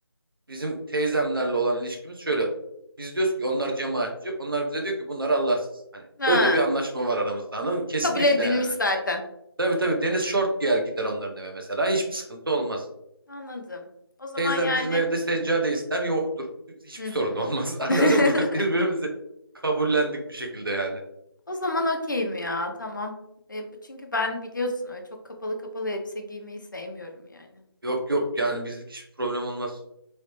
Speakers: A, on the right (about 60°); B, on the left (about 50°).
A: bizim teyzemlerle olan ilişkimiz şöyle. Biz diyoruz ki onlar cemaatçi. Onlar bize diyor ki bunlar Allahsız. Hani
B: Ha,
A: öyle bir anlaşma var aramızda anladın mı? Kesinlikle
B: kabul edilmiş
A: yani
B: zaten.
A: hani. Tabii tabii deniz şort giyer gider onların eve mesela. Hiçbir sıkıntı olmaz.
B: Anladım. O zaman
A: Teyzem
B: yani
A: bizim evde seccade ister yoktur. Hiçbir
B: hı
A: sorun
B: hı.
A: olmaz <laughs> anladın
B: <laughs>
A: mı? Birbirimizi kabullendik bir şekilde yani.
B: O zaman okeyim ya tamam. E, bu- çünkü ben biliyorsun öyle çok kapalı kapalı elbise giymeyi sevmiyorum yani.
A: Yok yok yani bizlik hiçbir problem olmaz.